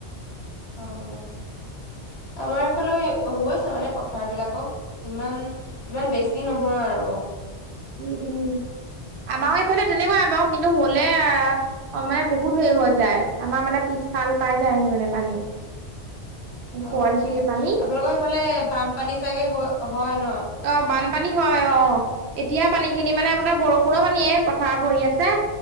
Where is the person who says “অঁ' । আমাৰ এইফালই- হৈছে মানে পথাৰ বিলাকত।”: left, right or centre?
Left